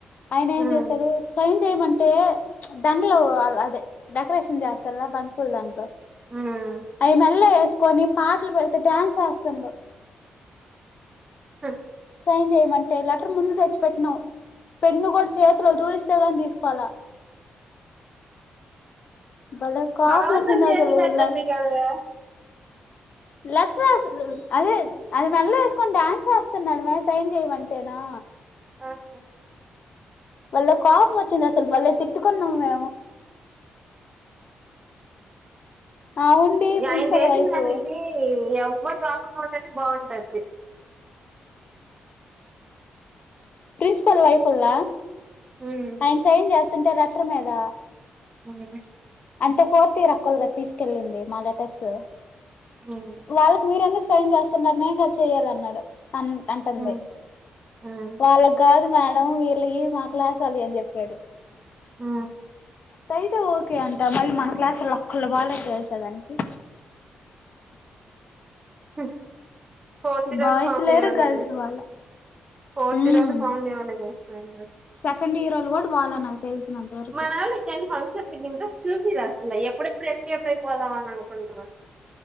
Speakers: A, on the left; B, on the right.
A: ఆయన ఏం
B: ఉమ్
A: చేసాడు సైన్ ఏమంటే దాంట్లో అదే డెకరేషన్ చేస్తారుగ బంతిపూల దాంట్లో
B: ఉమ్
A: అవి మెల్లో వేసుకొని పాటలు పెడితే డ్యాన్స్ వేస్తుండు
B: హ
A: సహాయం చేయమంటే లెటర్ ముందు తెచ్చిపెట్టినవ్ పెన్ను కూడా చేతిలో తూరిస్తే కాని తీసుకోలా భలే కోపం
B: బలవంతాం
A: వచ్చింది
B: చేసినట్టుంది
A: అసలు
B: కాదవే
A: లెటర్ రాసి అదే అది మెల్ల వేసుకొని డ్యాన్స్ వేస్తున్నాడు మే సైన్ చేయమంటేనో
B: ఆహా
A: వాలే కోపామ్మోచ్చింది అసలు బలే తిట్టుకున్నాం మేం అవుండి ప్రిన్సిపల్
B: ఆయన చేసిన
A: వైఫ్
B: దానికి ఎవ్వరు రాకున్నా ఉంటేనే బాగుంటది
A: ప్రిన్సిపాల్ వైప్ ళ్ల
B: ఉమ్
A: ఆయన సైన్ చేస్తుంటే లెటర్ మీద
B: ఉమ్మ్
A: అంటే ఫోర్త్ ఇయర్ అక్కోళ్ళు గా తీసుకెళ్ళింది మా లెటర్స్
B: ఉమ్
A: వాళ్ళకి మీరు ఎందుకు సైన్ చేస్తున్నారు నేను గా చేయాలి అన్నాడు అన్ అంటంది
B: ఉమ్ ఉమ్
A: వాళ్ళకు కాదు మేడం మేడం వీళ్ళయి మా క్లాస్ వాళ్ళే అని చెప్పాడు
B: ఆ
A: అయితే ఓకే అంట మళ్ళీ మన క్లాసులో అక్కళ్ళ బాళ తెలుసా దానికి
B: మ్ ఫోర్తి రోలు
A: బాయ్స్
B: ఫామ్
A: లేరు
B: దెయలే
A: గర్ల్స్ వాళ్ళ
B: ఫోర్త్
A: ఉమ్
B: రోల్ ఫామ్ దేవలే చేసిరు ఇంకా
A: సెకండ్ ఇయర్ వాళ్ళు కూడా వాళ్ళ నాకు తెలిసినంత వరకు
B: మన వాళ్ళ ఫంక్షన్ ఇంత ఇంట్రెస్ట్ చూపియరా అసలు ఎప్పుడెప్పుడు ఎప్పుడు వెళ్లిపోవాలా అని అనుకుంటారు